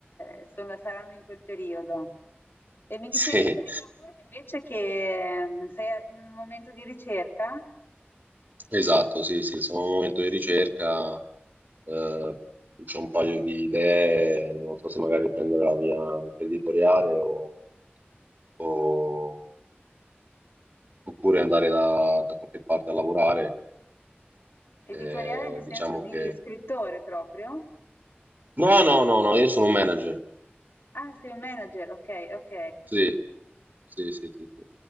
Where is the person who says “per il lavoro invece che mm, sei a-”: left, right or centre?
Left